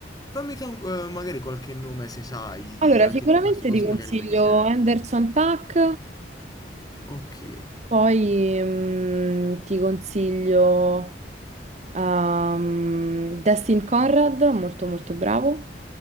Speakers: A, on the left; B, on the right.
A: Fammi che- eh, magari qualche nome se sai di-
B: Allora,
A: anche
B: sicuramente
A: di questo, così
B: ti consiglio
A: magari me li sento.
B: Anderson Paak,
A: Ok,
B: poi mm, ti consiglio ehm, Destin Conrad, molto molto bravo.